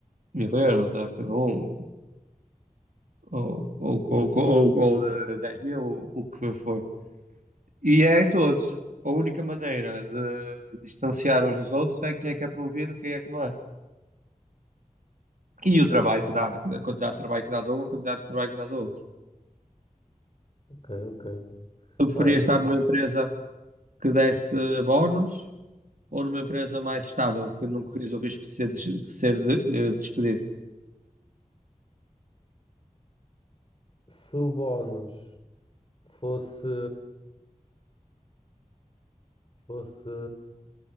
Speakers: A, on the right; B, on the left.
A: mil euros a cada um, ou, ou, ou, ou, ou de dez mil, ou o que for. E é a todos. A única maneira de distanciar uns dos outros é quem é que é promovido, quem é que não é. E o trabalho que dás, a quantidade de trabalho que dás a um, a quantidade de trabalho que dás a outro.
B: ok, ok.
A: Eu preferia
B: Ora,
A: estar numa empresa que desse bónus ou numa empresa mais estável, que não corrias o risco de ser, des- de ser de- eh, despedido.
B: se o bónus fosse, fosse